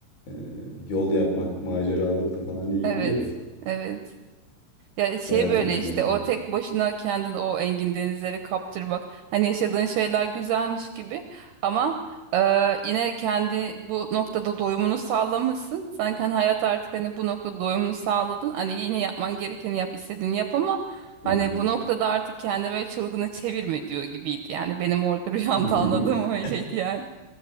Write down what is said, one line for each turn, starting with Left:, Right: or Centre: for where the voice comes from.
Left: e, yol yapmak, maceralıkla falan ilgili
Right: Evet,
Left: ya.
Right: evet. Ya şey
Left: Seyahat
Right: böyle
Left: etmekle.
Right: işte o tek başına kendini o engin denizleri kaptırmak. Hani yaşadığın şeyler güzelmiş gibi ama e, yine kendi bu noktada doyumunu sağlamışsın. Sanki hani hayat artık hani bu noktada doyumunu sağladın. Hani yine yapman gerekeni yap, istediğini yap ama hani
Left: Hı hı.
Right: bu noktada artık kendi böyle çılgını çevirme diyor gibiydi. Yani benim orada <laughs> rüyamda
Left: <laughs>
Right: anladığım öyleydi yani.